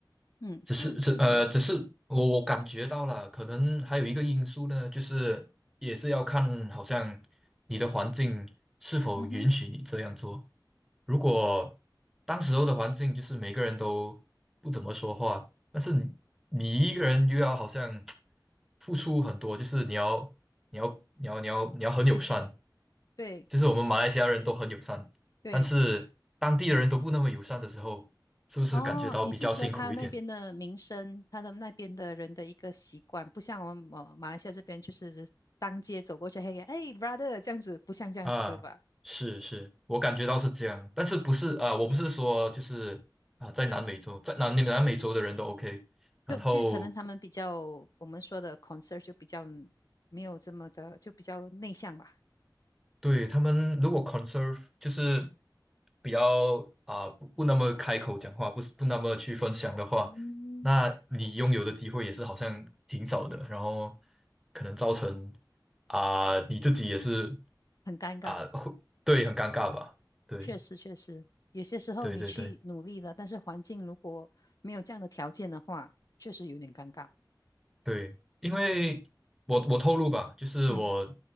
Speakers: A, on the left (about 50°); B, in the centre.
A: 嗯，
B: 只是只呃，
A: 就就这样。
B: 只是我我感觉到了，可能还有一个因素呢，就是也是要看，好像你的环境是否允许你这样做。
A: 嗯哼，
B: 如果当时候的环境就是每个人都不怎么说话，但是你你一个人又要好像付出很多，就是你要你要你要你要你要很友善，
A: 对
B: 就是我们马来西亚人都很友善，
A: 对。
B: 但是当地的人都不那么友善的时候，是不是感觉到比较辛苦一点？
A: 哦，你是说他那边的民生，他的那边的人的一个习惯，不像我们马马来西亚这边，就是当街走过去，嘿，哎，brother 这样子，不像这样子，
B: 啊，
A: 对吧？
B: 是是，我感觉到是这样，但是不是啊？我不是说就是啊，在南美洲，在南南美洲的人都 OK，然后
A: 就就可能他们比较，我们说的 concern 就比较没有这么的，就比较内向吧。
B: 对他们如果 conserve 就是比较啊不不那么开口讲话，不是不那么去分享的话，
A: 嗯，
B: 那你拥有的机会也是好像挺少的，然后可能造成啊你自己也是
A: 很尴尬。
B: 啊会对很尴尬吧？对
A: 确实确实，有些时候你去努力了，
B: 对对对。
A: 但是环境如果没有这样的条件的话，确实有点尴尬。
B: 对，因为我我透露吧，就是我
A: 嗯